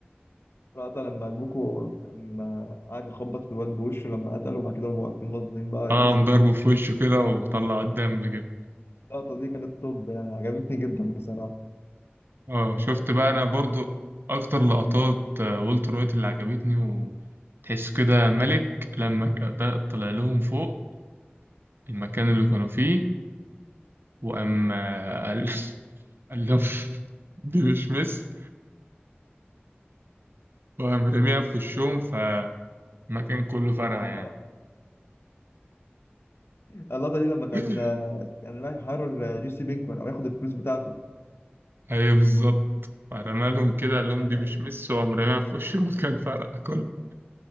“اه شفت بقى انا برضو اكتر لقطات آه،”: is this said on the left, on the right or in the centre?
Right